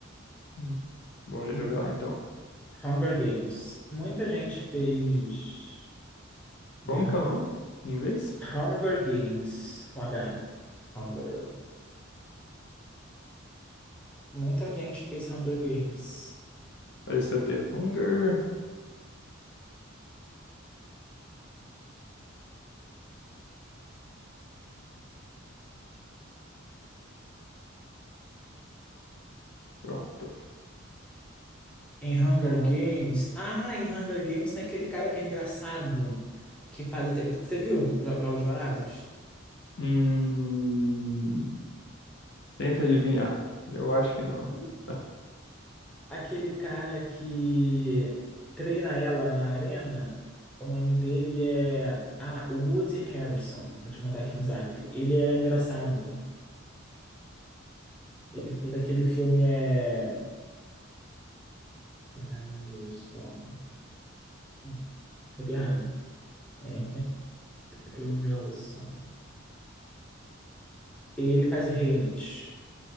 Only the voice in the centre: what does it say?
Hum,
Hunger Games. Muita gente fez The
Hunger.
Hunger Games. Com H. Hunger. Muita gente fez Hunger Games.
Em Hunger
Games. Ah, em Hunger Games tem aquele cara que é engraçado. Que faz o. tre- Você viu Jo- Jogos Vorazes?
Aquele cara que treina ela na arena. O nome dele é. Ah, o Woody Harrison. Vou te mandar aqui no zap. Ele é engraçado. Ele fez aquele filme. É. Harrison. Não, botei errado. É Harrison. Ele faz o Haymitch.